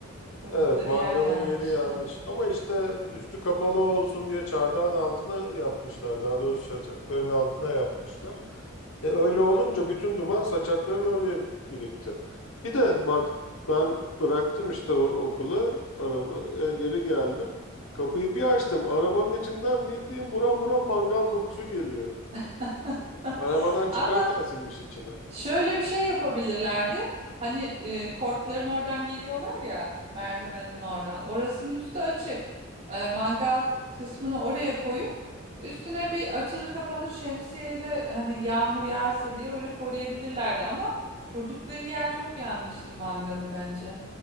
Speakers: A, on the right; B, on the left.
A: Kurdukları
B: Evet, mangalın
A: yer yanlıştı.
B: yeri yanlış. Ama işte üstü kapalı olsun diye çardağın altına yapmışlar. Daha doğrusu çaçakların altına yapmışlar. E öyle olunca bütün duman saçakların oraya birikti. Bir de bak ben bıraktım işte o okulu, araba, e, geri geldim. Kapıyı bir açtım. Arabanın içinden bildiğim buram buram mangal kokusu geliyor.
A: <laughs>
B: Arabadan çıkarken
A: Ama
B: sinmiş içine.
A: Şöyle bir şey yapabilirlerdi. Hani e, kortların oradan geliyorlar ya merdivenin oradan. Orasının üstü açık. E, mangal kısmını oraya koyup üstüne bir açılır kapanır şemsiyeyle hani yağmur yağarsa diye öyle koruyabilirlerdi. Ama kurdukları yer çok yanlıştı mangalı bence.